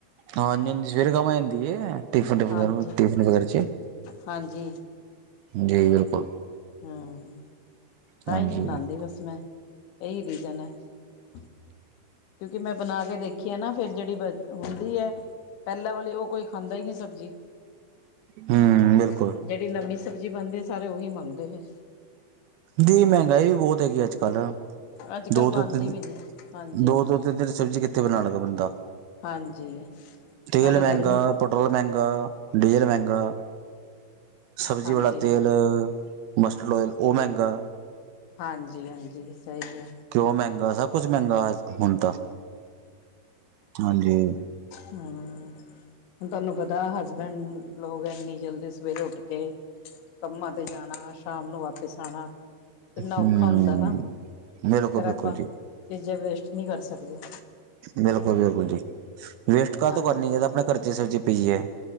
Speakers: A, on the right (about 75°); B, on the left (about 80°).
A: ਹਾਂ ਨ ਸਵੀਰ ਗਮਦੀ ਟਿਫਨੈ
B: ਹਾਂਜੀ
A: ਟਫਿਨ ਵਗੈ '
B: ਹਾਂਜੀ
A: ਜੀ ਬਿਲਕੁਲ
B: ਹਾਂ ਤਾਂਹੀ
A: ਹਾਂਜੀ
B: ਨਹੀਂੀ
A: ਸਹੀ
B: ਬਣਾਉਂਦੀ ਬਸ ਮੈਂ ਇਹ ਰੀਜ਼ਨ ਹੈ ਕਿਉਂਕਿ ਮੈਂ ਬਣਾ ਕੇ ਦੇਖੀ ਆ ਨਾ ਫਿਰ ਜਿਹੜੀ ਬ ਹੁੰਦੀ ਹੈ ਪਹਿਲਾਂ ਵਾਲੀ ਉਹ ਕੋਈ ਖਾਂਦਾ ਹੀ ਨਹੀਂੀ ਸਕ ਜੀ
A: ਹੂੰ ਬਿਲਕੁਲ
B: ਜਿਹੜੀ ਨਵੀਂ ਸਬਜ਼ੀ ਬਣਦੀ ਆ ਸਾਰੇ ਉਓਹੀ ਮੰਗਦੇ ਫੇਿਰ
A: ਦੀ ਮਹਿੰਗਾਈ ਵੀ ਬਹੁਤ ਹੈਗੀ ਅੱਜ ਕੱਲ੍ਹ
B: ਅੱਜ ਕੱਲ੍ਹ
A: ਦੋ
B: ਬਣਦੀ
A: ਦੋ ਤਿੰਨ
B: ਵੀ ਨਹੀਂ ਹਾਂਜੀ
A: ਦੋ
B: ਹਾਂਜੀ
A: ਦੋ ਤਿੰਨ ਤਨ ਸਬਜ਼ੀ ਕਿੱਥੇ ਬਣਾਉਣ ਲੱਗਾ ਬੰਦਾ
B: ਹਾਂਜੀ
A: ਤੇਲ
B: ਨਾਲੇ
A: ਮਹਿੰਗਾ
B: ਗਰਮੀ
A: ਪੈਟਰੋਲ ਮਹਿੰਗਾ ਡੀਜ਼ਲ ਮਹਿੰਗਾ ਸਬਜ਼ੀ
B: ਹਾਂਜੀ
A: ਵਾਲਾ
B: ਹਾਂਜੀ
A: ਤੇਲ ਮਸਟਰਡ ਓਲ ਉਹ ਮਹਿੰ ਗਾ
B: ਹਾਂਜੀ ਹਾਂਜੀ ਸਹੀ ਹੈ
A: ਕਿਉਂ ਮਹਿੰਗਾ ਸਭ ਕੁਛ ਮਹਿੰਗਾ ਹੁਣ ਤਾਂ ਹਾਂਜੀ
B: ਹਮ ਹੁਣ ਤੁਹਾਨੂੰ ਪਤਾ ਹਸਬੈਂਡ ਲੋਕ ਇਨੀ ਜਲਦੀ ਸਵੇਰੇ ਉੱਠ ਕੇ ਕੰਮਾਂ ਤੇ ਜਾਣਾ ਸ਼ਾਮ ਨੂੰ ਵਾਪਿਸ ਆਉਣਾ ਕਿੰਨਾ
A: ਹੂੰ
B: ਔਖਾ ਹੁੰਦਾ ਨਾ ਫੇਿਰ
A: ਬਿਲਕੁਲ ਬਿਲਕੁਲ
B: ਆਪਾਂ
A: ਜੀ
B: ਚੀਜ਼ਾਂ ਵੇਸਟ ਕੁਛ ਨਹੀਂ ਕਰ ਸਕਦੇ ਹੋ
A: ਬਿਲਕੁਲ ਬਿਲਕੁਲ ਜੀ ਵੇਸਟ ਕ
B: ਹਾਂਜੀ
A: ਕਰਨੀ ਇਹਦਾ ਆਪਣੇ ਖਰਚੇ ਸਬਜ਼ੀ ਪੀਏ